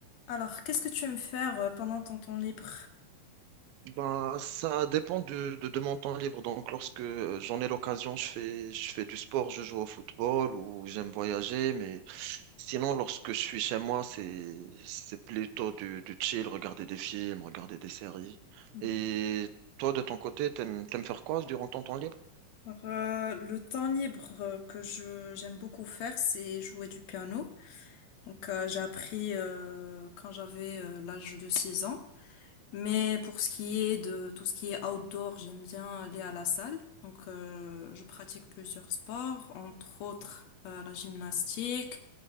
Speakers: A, on the left; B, on the right.
A: Alors, qu'est-ce que tu aimes faire euh, pendant ton temps libre?
B: Ben, ça dépend de, de, de mon temps libre. Donc, lorsque euh, j'en ai l'occasion, je fais, je fais du sport, je joue au football ou j'aime voyager. Mais sinon, lorsque je suis chez moi, c'est, c'est plutôt du, du chill, regarder des films, regarder des séries.
A: Mm.
B: Et toi, de ton côté, t'aimes, t'aimes faire quoi durant ton temps libre?
A: Alors, euh, le temps libre euh, que je j'aime beaucoup faire, c'est jouer du piano. Donc, euh, j'ai appris euh, quand j'avais euh, l'âge de 6 ans. Mais pour ce qui est de tout ce qui est outdoor, j'aime bien aller à la salle. Donc, euh, je pratique plusieurs sports, entre autres euh, la gymnastique,